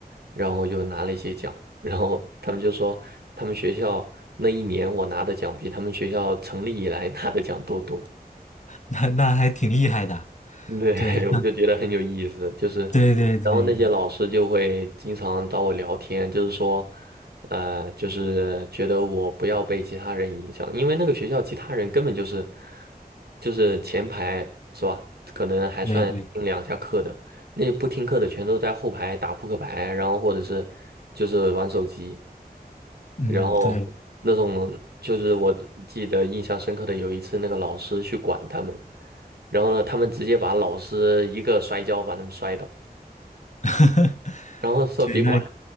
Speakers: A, on the right; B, on the left.
A: 然后就拿了一些奖，然后他们就说他们学校那一年我拿的奖比他们学校成立以来 <laughs> 拿的奖都多。
B: 那那还挺厉害的。
A: 对，
B: 对，
A: <laughs>
B: 那
A: 我就觉得很有意思，就是，
B: 对对对
A: 然后那些老师就会经常找我聊天，就是说，呃，就是觉得我不要被其他人影响，因为那个学校其他人根本就是，就是前排是吧？可能还算听两下课的，
B: 对对，
A: 那不听课的全都在后排打扑克牌，然后或者是就是玩手机。
B: 嗯，
A: 然后那种就是我记得印象深刻的有一次，
B: 对，
A: 那个老师去管他们，然后呢，他们直接把老师一个摔跤把他们摔倒，
B: <laughs>
A: 然后说别管，
B: 对，那